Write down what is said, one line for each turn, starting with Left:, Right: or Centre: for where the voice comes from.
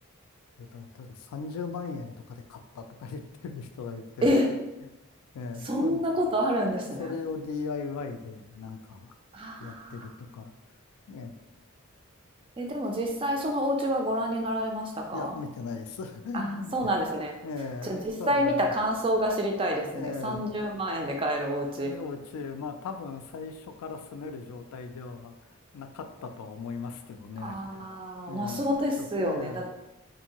Left: えっと、確か30万円とかで買ったとか言ってる人がいて、
Right: え、
Left: <laughs> ええ、
Right: そんなことあるんですね。
Left: そ、それを DIY でなんかやってるとか、
Right: ああ。
Left: ええ、
Right: え、でも実際そのお家はご覧になられましたか？
Left: いや、見てないです。
Right: あ、
Left: <laughs>
Right: そうなんですね。
Left: ええ、
Right: じゃ、実際見た感想が知りたいですね。
Left: 多分、ええ
Right: 30万円で買えるお家。
Left: 幼稚園、まあ多分最初から住める状態ではなかったとは思いますけどね。
Right: あ
Left: <laughs> ええ、
Right: あ、ま、そうですよね。
Left: ちょっと、ええ、
Right: だって